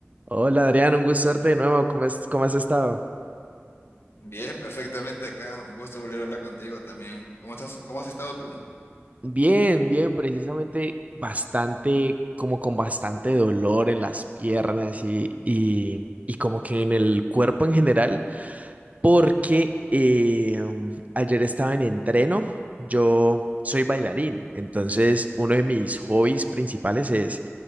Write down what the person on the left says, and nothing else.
Bien, perfectamente acá. Un gusto volver a hablar contigo también. ¿Cómo estás? ¿Cómo has estado tú?